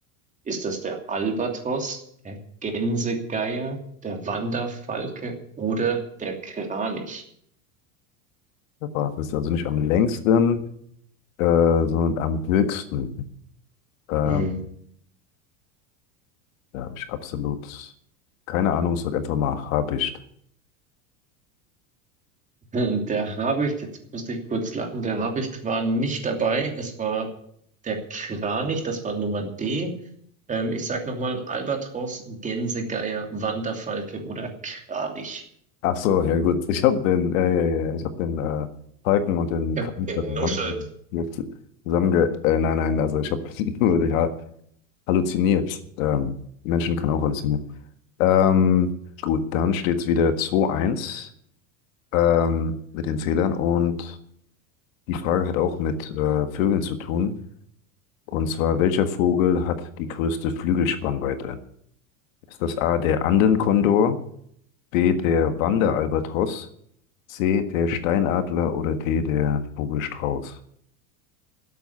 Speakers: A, on the right (about 20°); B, on the left (about 75°).
A: Ist das der Albatros, der Gänsegeier, der Wanderfalke oder der Kranich?
B: Das ist also nicht am längsten, äh, sondern am höchsten. Ähm,
A: Hm. <laughs>
B: Da habe ich absolut keine Ahnung, sag einfach mal, hab ich.
A: Der Habicht, jetzt musste ich kurz lachen, der Habicht war nicht dabei. Es war der Kranich, das war Nummer D. Ähm, ich sag nochmal, Albatros, Gänsegeier, Wanderfalke oder Kranich.
B: Ach so, ja gut, ich habe den, ja, ja, ja, ja, ich habe den äh, Falken und den
A: Ich
B: Kampfstadt
A: habe genuschelt.
B: Lambo zusammenge... Äh, nein, nein, also ich habe <laughs> nur die ha halluziniert. Ähm, Menschen können auch halluzinieren. Ähm, gut, dann steht es wieder zwei eins ähm, mit den Fehlern und die Frage hat auch mit äh, Vögeln zu tun. Und zwar, welcher Vogel hat die größte Flügelspannweite? Ist das A, der Andenkondor? B, der Wanderalbatros, C, der Steinadler oder D, der Vogelstrauß.